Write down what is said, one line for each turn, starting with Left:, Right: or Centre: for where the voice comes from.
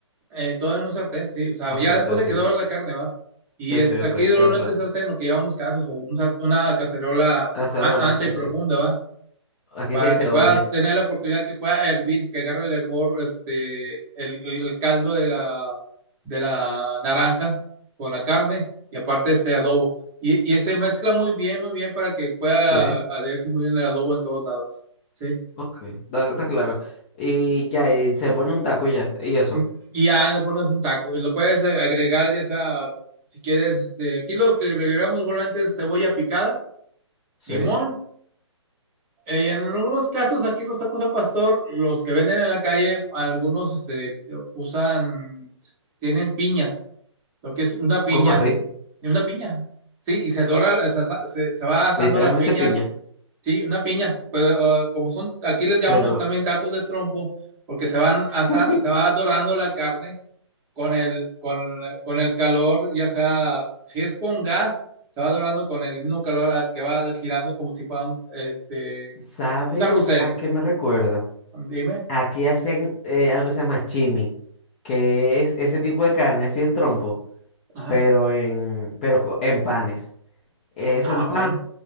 Right: Eh, todo en un sartén, sí. O sea,
Left: Ok,
Right: ya
Left: ok,
Right: después de
Left: sí.
Right: que dora la carne, va. Y
Left: Sí,
Right: es-
Left: sí, ok,
Right: aquí normalmente
Left: quedó claro.
Right: se hace en lo que llamamos casos, o un sar- una cacerola
Left: Cacerola,
Right: a- ancha
Left: sí,
Right: y profunda,
Left: sí.
Right: va.
Left: Aquí
Right: Para
Left: se dice
Right: que puedas
Left: olla.
Right: tener la oportunidad que pueda hervir, que agarre el hervor, este, el, el caldo de la, de la naranja con la carne y aparte este adobo. Y, y se mezcla muy bien, muy bien para que pueda
Left: Sí,
Right: adherirse muy bien el adobo en todos lados, sí.
Left: ok, está, está claro. Y ya, y se pone un taco y ya, y eso.
Right: Mm, Y ya le pones un taco y lo puedes agregar, ya sea, si quieres, este, aquí lo que agregamos regularmente es cebolla picada,
Left: Sí.
Right: limón. eh, en algunos casos, aquí los tacos al pastor, los que venden en la calle, algunos este, usan, tienen piñas, lo que es una piña,
Left: ¿Cómo así?
Right: eh, una piña, sí, y se dora, se, se- se va asando
Left: Literalmente
Right: la piña,
Left: piña.
Right: sí, una piña, pero, eh, como son, aquí les llamamos
Left: Pero,
Right: también tacos de trompo, porque se van asa-
Left: <laughs>
Right: se va dorando la carne con el, con, con el calor, ya sea, si es con gas, se va dorando con el mismo calor a- que va girando como si fuera un, este,
Left: ¿sabes
Right: un carrusel.
Left: a qué me recuerda?
Right: Dime.
Left: Aquí hacen eh, algo que se llama chimi, que es ese tipo de carne así en trompo.
Right: Ajá.
Left: pero en, pero co- en panes. Eh, Es
Right: Ah,
Left: un
Right: ok.
Left: pan